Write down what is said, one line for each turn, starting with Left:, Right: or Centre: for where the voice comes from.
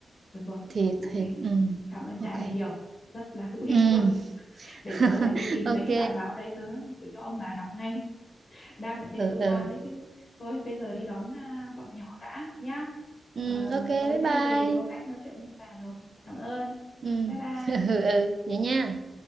Left: được rồi
Right: thiệt
Left: ok
Right: thiệt ừ.
Left: cảm ơn Trà
Right: ok
Left: nhiều rất là hữu ích
Right: ừ.
Left: luôn để
Right: <laughs>
Left: tớ phải đi tìm
Right: ok
Left: mấy cái bài báo đấy tớ gửi cho ông bà đọc ngay đang ở trên
Right: ừ
Left: cơ
Right: ừ
Left: quan đấy chứ thôi bây giờ đi đón à, bọn nhỏ đã nhá
Right: ừ
Left: Ờ,
Right: ok bye
Left: tối nay
Right: bye
Left: về có cách nói chuyện với ông bà rồi cảm ơn
Right: ừ
Left: bye bye
Right: <laughs> ừ ừ, vậy nha